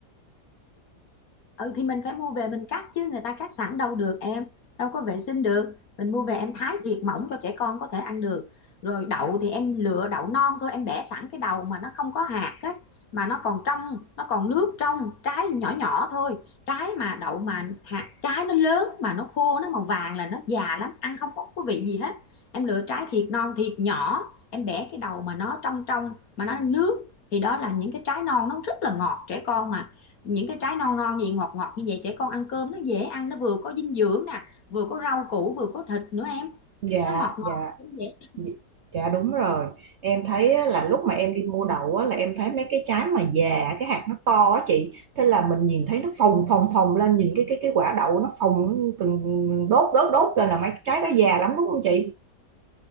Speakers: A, on the left (about 60°); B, on the right (about 60°).
A: ừ thì mình phải mua về mình cắt chứ người ta cắt sẵn đâu được em đâu có vệ sinh được mình mua về em thái thiệt mỏng cho trẻ con có thể ăn được rồi đậu thì em lựa đậu non thôi em bẻ sẵn cái đầu mà nó không có hạt á mà nó còn trong nó còn nước trong trái nhỏ nhỏ thôi trái mà đậu mà hạt trái nó lớn mà nó khô nó màu vàng là nó già lắm ăn không có có vị gì hết em lựa trái thiệt non thiệt nhỏ em bẻ cái đầu mà nó trong trong mà nó nước thì đó là những cái trái non nó rất là ngọt trẻ con mà những cái trái non non gì ngọt ngọt như vậy trẻ con ăn cơm nó dễ ăn nó vừa có dinh dưỡng nè vừa có rau củ vừa có thịt nữa em
B: Dạ,
A: nó ngọt ngọt
B: dạ,
A: cũng dễ
B: dạ dạ, đúng rồi. Em thấy á, là lúc mà em đi mua đậu á, là em thấy mấy cái trái mà già cái hạt nó to á chị. Thế là mình nhìn thấy nó phồng phồng phồng lên nhìn cái cái cái quả đậu nó phồng từng đốt đốt đốt lên là mấy cái trái đó già lắm đúng không chị?